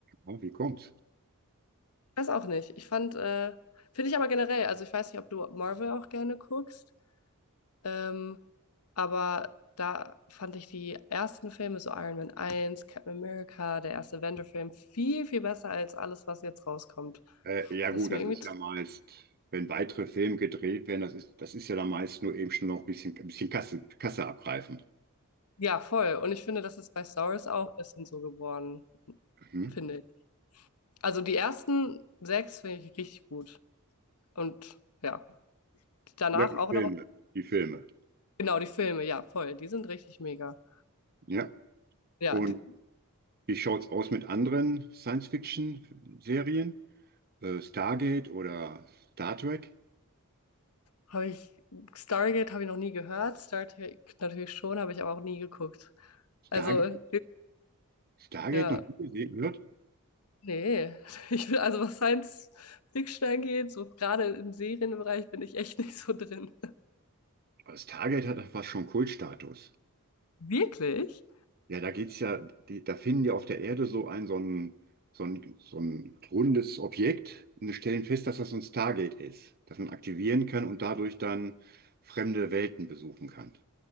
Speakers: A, on the right; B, on the left.
A: oh, wie kommt's?
B: Weiß auch nicht. Ich fand, äh, finde ich aber generell, also ich weiß nicht, ob du Marvel auch gerne guckst. Ähm, aber da fand ich die ersten Filme, so Iron Man eins Captain America, der erste Avenger-Film, viel, viel besser als alles, was jetzt rauskommt.
A: Äh, ja
B: Das
A: gut,
B: ist mir
A: das
B: irgendwie,
A: ist
B: zu-
A: ja meist, wenn weitere Filme gedreht werden, das ist, das ist ja dann meist nur eben schon noch ein bisschen, ein bisschen Kasse, Kasse abgreifen.
B: ja, voll. Und ich finde, das ist bei Star Wars auch ein bisschen so geworden,
A: Mhm.
B: finde ich. Also die ersten sechs finde ich richtig gut. Und ja, danach
A: Ja, die
B: auch
A: Filme,
B: noch,
A: die Filme.
B: genau, die Filme, ja, voll. Die sind richtig mega.
A: Ja.
B: Ja,
A: Und
B: die,
A: Wie schaut's aus mit anderen Science-Fiction-Serien? Äh, Stargate oder Star Trek?
B: Habe ich, Stargate habe ich noch nie gehört, Star Trek natürlich schon, habe ich aber auch nie geguckt.
A: Stargate?
B: Also,
A: Stargate
B: ja,
A: noch nie gesehen wird?
B: nee. <laughs> Ich bin, also was Science Fiction angeht, so gerade im Serienbereich bin ich echt <laughs> nicht so drin.
A: Aber Stargate hat fast schon Kultstatus.
B: Wirklich?
A: Ja, da geht's ja, die, da finden die auf der Erde so ein, so ein, so ein, so ein rundes Objekt und wir stellen fest, dass das so ein Stargate ist, das man aktivieren kann und dadurch dann fremde Welten besuchen kann.